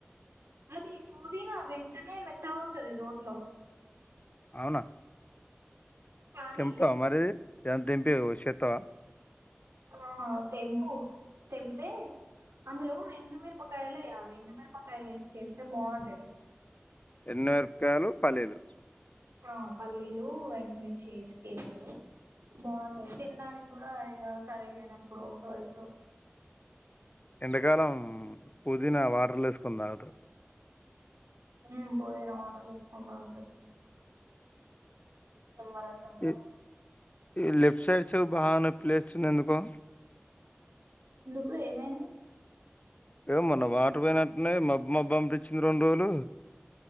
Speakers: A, on the right (about 85°); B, on the left (about 30°).
A: అది పుదీనా వెంటనే మెత్తగా అవుతాది రోట్లొ
B: అవునా
A: కానీ
B: తింటావా మరి ఇందంతా తింటే నువ్వు ఉడ్చిపెడతావ
A: ఆ తెంపు తెంపితే అందులో ఎండుమిరపకాయలు వేయాలి ఎండుమిరపకాయలు వేసి చేస్తే బాగుంటది
B: ఎండు మిరపకాయలు, పల్లీలు
A: ఆ పల్లీలు ఎండుమిర్చి వేసి చేస్తే బాగుంటాయి తినడానికి కూడా ఇక కర్రీ లేనప్పుడు ఎప్పుడు ఎప్పుడు
B: ఎండాకాలం పుదీనా వాటర్‌ లో వేసుకొని తాగుత
A: ఉమ్ పుదినా వాటర్‌ లో వేసుకొని తాగుతారు నిమ్మరసంలో
B: ఈ ఈ లెఫ్ట్ సైడ్ చెవ్వు బాగా నొప్పి లేస్తుంది ఎందుకో
A: ఎందుకు ఏమైంది
B: ఏ మొన్న వాటర్ పోయినట్టున్నాయి మబ్బు మబ్బు అనిపించింది రెండు రోజులు